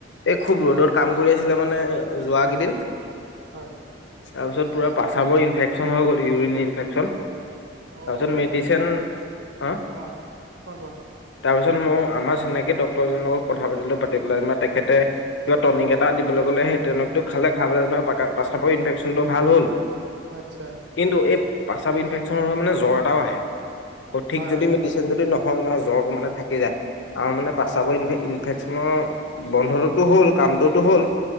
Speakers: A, on the left; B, on the right.
A: এই খুউব ৰ'দত কাম কৰি আছিলে। মানে, যোৱা কেইদিন।
B: হয়!
A: তাৰ পিছত, পূৰা প্ৰস্ৰাৱৰ ইনফেকশ্চন হৈ গ'ল, ইউৰিন ইনফেকশচন।
B: অ
A: তাৰপিছত,
B: এইটো
A: মেডিচিন।
B: মানে মা
A: অ'!
B: অ কোৱা কোৱা
A: তাৰপিছত, মই আমাৰ, চিনাকি ডক্তৰ এজনৰ লগত কথা পাতিলোঁ। পাতি পেলাই যেনিবা, তেখেতে কিবা টনিক এটা দিবলৈ ক'লে। সেই, টনিকটো খালে, খাই পিল প্ৰস্ৰাৱৰ ইনফেকশ্যনটো ভাল হ'ল।
B: আচ্ছা!
A: কিন্তু, এই, প্ৰস্ৰাৱ ইনফেকশ্যন হ'লে মানে, জ্বৰ এটাও আহে। সঠিক
B: হয়
A: যদি
B: হয়
A: যদি নহয়, মানে, জ্বৰটো মানে থাকে যায়। আৰু মানে,
B: হয়
A: প্ৰস্ৰাৱৰ ইন ইনফেকশ্চনৰ, বন্ধটোতো হ'ল, কামটোতো হ'ল।